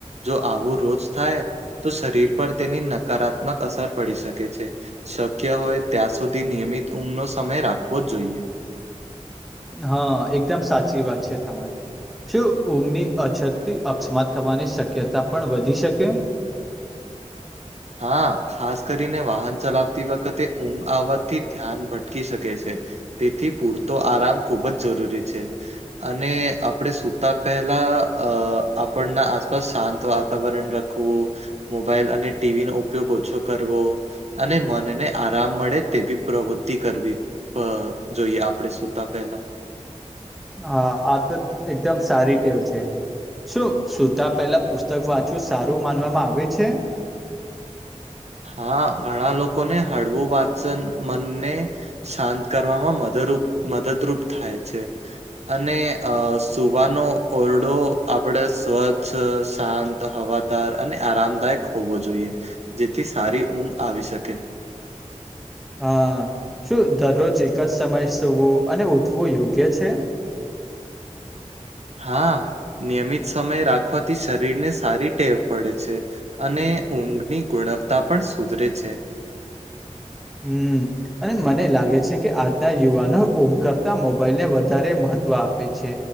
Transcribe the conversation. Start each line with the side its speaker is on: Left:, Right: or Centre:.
Right: જો આવું રોજ થાય તો શરીર પર તેની નકારાત્મક અસર પડી શકે છે. શક્ય હોય ત્યાં સુધી નિયમિત ઊંઘનો સમય રાખવો જ જોઈએ.
Centre: હા એકદમ સાચી વાત છે તમારી. શું ઊંઘની અછતથી અકસ્માત થવાની શક્યતા પણ વધી શકે?
Right: હા. ખાસ કરીને વાહન ચલાવતી વખતે ઊંઘ આવવાથી ધ્યાન ભટકી શકે છે. તેથી પૂરતો આરામ ખૂબ જ જરૂરી છે. અને આપણેે સુતા પહેલા અહ આપણના આસપાસ શાંત વાતાવરણ રાખ ખવું, મોબાઈલ અને ટી વી નો ઉપયોગ ઓછો કરવો. અને મનને આરામ મળે તેવી પ્રવૃત્તિ કરવી. અહ જોઈએ આપણેે સુતા પહેલા.
Centre: હા. આ તો એકદમ સારી ટેવ છે. શું સુતા પહેલા પુસ્તક વાંચું સારું માનવામાં આવે છે?
Right: હા. ઘણા લોકો ને હળવું વાંચન મનને શાંત કરવામાં મદરૂપ મદદરૂપ થાય છે. અને અહ સુવાનો ઓરડો આપડે સ્વચ્છ, શાંત ત, હવાદાર અને આરામદાયક હોવો જોઈએ. જેથી સારી ઊંઘ આવી શકે.
Centre: હા. શું દરરોજ એક જ સમયે સૂવું અને ઉઠવું યોગ્ય છે?
Right: હા. નિયમિત સમય રાખવાથી શરીર ને સારી ટેવ પડે છે. અને ઊંઘની ગુણવતા પણ સુધરે છે.
Centre: હમ્મ. અને મને લાગે છે કે આજના યુવાનો ઊંઘ કરતા મોબાઈલ ને વધારે મહત્વ આપે છે.